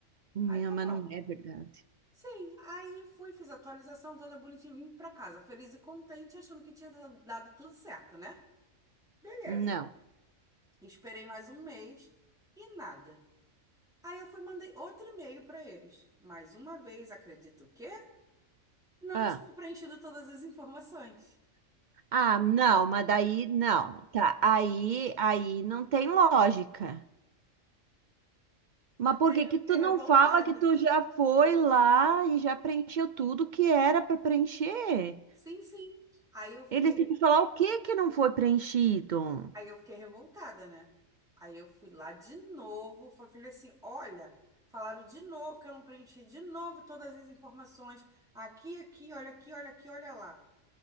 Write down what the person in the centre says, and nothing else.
Aí tá
bom.
Sim, aí fui, fiz a atualização toda bonitinha, vim pra casa, feliz e contente, achando que tinha da- dado tudo certo, né? Beleza.
Esperei mais um mês e nada. Aí eu fui e mandei outro e-mail para eles. Mais uma vez, acredito que não
tinha preenchido todas as informações.
Aí
eu
fiquei
revoltada.
Sim, sim. Aí eu fiquei,
aí eu fiquei revoltada, né? Aí eu fui lá de novo, fa- falei assim, olha, falaram de novo que eu não preenchi de novo todas as informações. Aqui, aqui, olha aqui, olha aqui, olha lá.